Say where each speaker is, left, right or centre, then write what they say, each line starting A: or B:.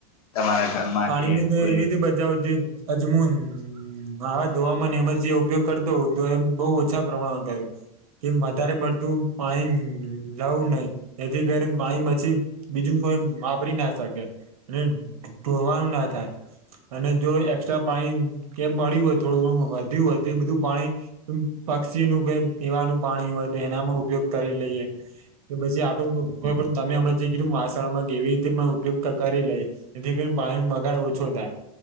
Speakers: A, on the left (about 85°); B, on the right (about 80°).
A: તમારા ઘરમાં
B: પાણીનું
A: કે
B: તે
A: કોઈ
B: એવી બજાવો જેયે અજમોન હાથ ધોવામાં એમાં જે ઉપયોગ કરતો હો તો એ બહુ ઓછા પ્રમાણમાં કરે કેમ વધારે પડતું પાણી લાવું નહી જેથી કરીને પાણી પછી બીજું કોઈ વાપરી ના શકે અને ટોવાનું ના થાય અને જો એસ્ટ્રા પાણી કે મળ્યું હોય થોડું ઘણું વધ્યું હોય તો એ બધું પાણી પક્ષી નું કે પીવાનું પાણી હોય તો એનામાં ઉપયોગ કરી લઈએ કે પછી આપડે પણ તમે અમે જે કીધું વાસણમાં કેવી રીતે પણ ઉપયોગ કરી લેયે જેથી કરીને પાણી બગાડ ઓછો થાય